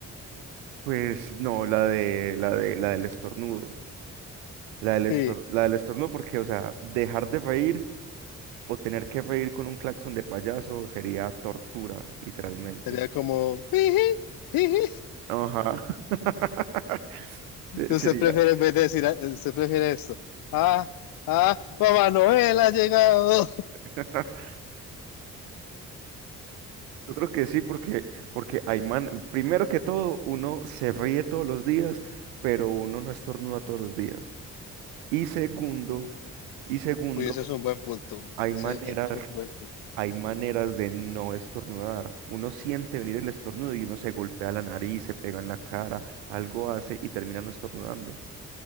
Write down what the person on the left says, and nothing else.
<laughs> Sí.
Sería como, "Jiji, jiji".
Entonces
prefiere, en vez de decir, ah, usted prefiere esto. Ah, ah, Mamá Noel ha llegado.
Uy, ese es un buen punto.
Ese,
ese es un buen punto.